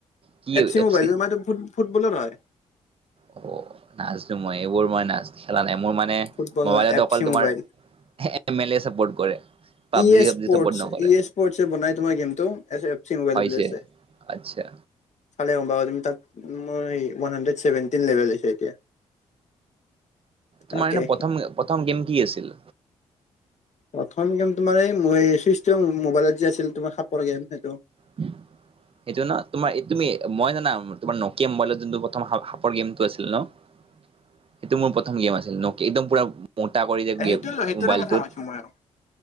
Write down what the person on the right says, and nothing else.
কি
এফ
চি
অ', নাজনো মই, এইবোৰ মই নাজ খেলা নাই মোৰ, মানে
মবাইলত
অকল
তোমাৰ
<unintelligible> চাৰ্পট কৰে। পাবজি
চাবজি
চাপৰ্ট নকৰে
হৈছে
আচ্ছা।
তোমাৰ এনে প্ৰথম, প্ৰথম গেম কি আছিল?
<inaudible> সেইটো ন, তোমাৰ তুমি মই জানা, তোমাৰ নকিয়া ম'বাইলত যোনটো প্ৰথম সাপৰ গেমটো আছিল ন। সেইটো মোৰ প্ৰথম গেম আছিল, নকি একদম পুৰা মোটা কৰি যে
দিয়ে,
ম'বাইলটোত